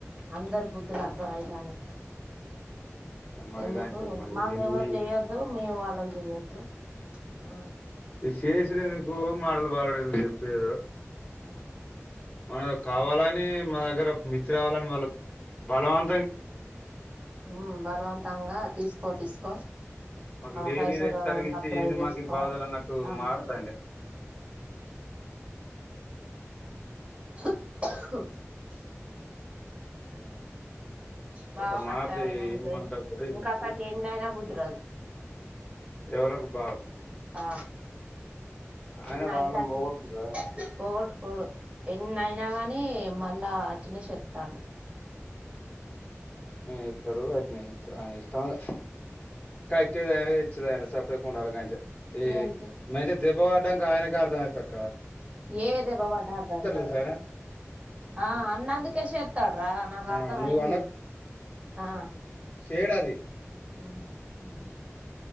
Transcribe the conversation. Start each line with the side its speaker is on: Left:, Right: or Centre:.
Right: అందరి బుద్ధులు అర్థం అయితానే అన
Left: ఇగ మరి
Right: ఎందుకు
Left: గంతే మరి
Right: మాకు
Left: ఏంది
Right: ఎవరు చెయొద్దు మేము వాళ్ళ జేయద్దు ఆ
Left: ఇ చేసుడేందుకు మాటలు బాడుడేందుకు చెప్పు ఏదో
Right: ఆ
Left: మనకు కావాలని మా దగ్గర మి కావాలని వాళ్ళకు బలవం
Right: మ్ బలవంతంగా తీసుకో తీసుకో
Left: మాకు లేనిది
Right: పైసలు
Left: ఇచ్చినట్టుగా
Right: ఉన్నప్పుడు
Left: ఇచ్చి ఏంది
Right: అవి చేసుకో
Left: మాకు ఈ బాధలు
Right: అన్నటు
Left: అన్నట్టు
Right: ఆ
Left: మాట్లాడతాండే
Right: <inaudible> ఏమో బావ
Left: అట్లా
Right: కట్ట
Left: మాట్లాడితే
Right: అయినా ఇంకా
Left: ఏం మాట్లాడతారో ఏం
Right: ఇంకా
Left: చేస్తారో
Right: అసంటి ఎన్ని అయినా బుద్ది రాదు
Left: ఎవళకు బాధ
Right: ఆ
Left: ఆయన
Right: ఇన్నైతంటే
Left: వాళ్ళని పోగొట్టుకుంటడా
Right: పోగొట్టు పోడు ఎన్ని అయినా గానీ మళ్ళా అటనే షెత్తండు
Left: అట్ననే జేతడు అట్ననే చేతది ఆయన ఇష్టం ఇగ కట్టే దాయనే తెచ్చెదాయనే సప్ సాప్డెకుండలే గంతే ఏ
Right: గంతే
Left: మంచి దెబ్బ వడ్డంకా ఆయనకు అర్ధమైతకు
Right: ఏదే దెబ్బ వడ్డ అర్థం గాదు
Left: తెలుసా
Right: రా
Left: ఆయన
Right: ఆ అన్నందుకే షేత్తాడు రా నాకు
Left: ఆ
Right: అర్థం
Left: నువ్వు
Right: అయింది ఆ
Left: చేయడది
Right: <inaudible>